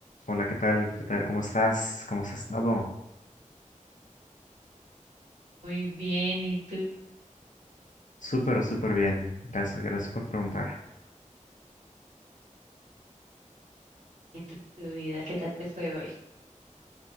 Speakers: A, on the left; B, on the right.
A: Hola, ¿qué tal? ¿Qué tal? ¿Cómo estás? ¿Cómo has estado?
B: Muy bien, ¿y tú?
A: Súper, súper bien. Gracias, gracias por preguntar.
B: ¿Y ¿Tu tu vida? ¿Qué tal te fue hoy?